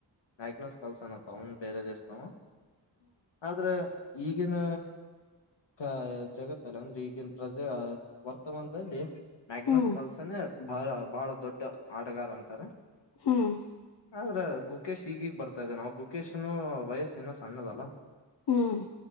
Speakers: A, on the left (about 80°); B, on the left (about 65°).
A: ಮ್ಯಾಗ್ನೋಸ್ ಕಲ್ಸ ಅನತ್ತ ಅವನ್ ಬೇರೆ ದಸ್ ತಾವ ಆದ್ರೆ ಈಗಿನ ಹ ಜಗತ್ತಲ್ಲ ಅಂದ್ರೆ ಈಗಿನ ಪ್ರಜೆ ವರ್ತಮಾನದಲ್ಲಿ ಮ್ಯಾಗನಸ್
B: ಹ್ಮ್
A: ಕಲ್ಸನೇ ಬಹ ಬಹಳ ದೊಡ್ಡ ಆಟಗಾರ ಅಂತಾರೆ.
B: ಹ್ಮ್.
A: ಆದ್ರೆ ಗುಕೇಶ್ ಈಗಿಗ್ ಬರ್ತಾನೇ ನಾವು ಗುಕೇಶ್ ನು ವಯಸ್ಸ ಏನ ಸಣ್ಣದಲ್ಲ.
B: ಹ್ಮ್